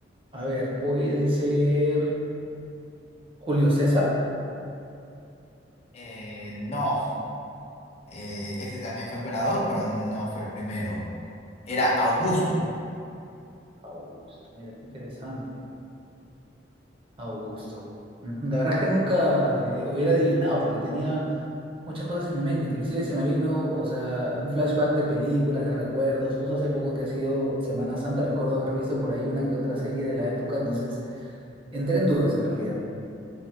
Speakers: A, on the right; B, on the left.
A: a ver, puede ser Julio César.
B: Eh, no, eh, ese también fue emperador, pero no fue el primero. Era Augusto.
A: Augusto, mira, qué interesante. Augusto. Ujú, La verdad es que nunca eh, hubiera adivinado porque tenía muchas cosas en mi mente. Inclusive se me vino, o sea, un flashback de películas, de recuerdos. Justo hace poco que ha sido Semana Santa, recuerdo haber visto por ahí una que otra serie de la época. Entonces, entré en dudas en realidad.